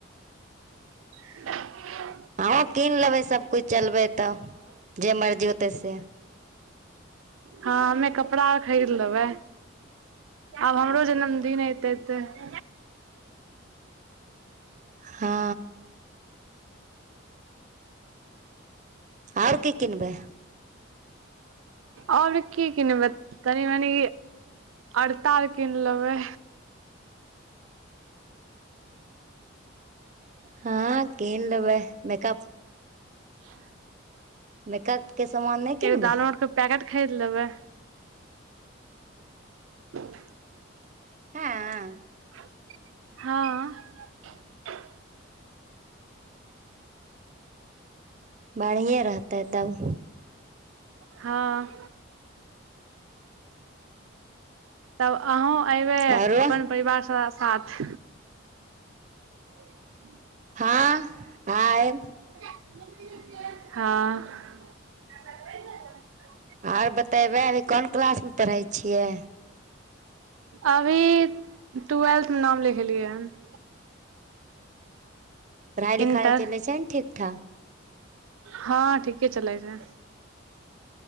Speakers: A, on the right (about 80°); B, on the right (about 35°).
A: <inaudible>
B: हाँ हमहुँ कीन लेबै सभ किछु चलबै तऽ जे मर्जी होतै से
A: हँ हमे कपड़ा अर खरीद लेबै आब हमरो जन्मदिन एतै तऽ <inaudible> <inaudible>
B: हँ आओर कि किनबै
A: आओर की किनबै तनी मनी अलता आर कीन लेबै
B: हँ कीन लेबै मेकअप
A: ह <inaudible>
B: मेकअप के सामान नहि किनबै
A: एगो दालमुट कें पैकेट खरीद लेबै त <inaudible>
B: हँ
A: हँ
B: बढ़ियें रहतेै तब
A: हँ तब अंहूँ एयबै अपन
B: आरो
A: परिवार सबके साथ ह <inaudible>
B: हँ आएब
A: हँ
B: आर बतेबै अभी कोन क्लास मे पढ़ै छियै
A: अभी ट्वेल्थ
B: पढ़ाइ
A: मे नाम लिखलियए हन <inaudible>
B: पढ़ाइ लिखाइ
A: इंटर
B: चलै छै ने ठीक ठाक
A: हँ ठीके चलै छै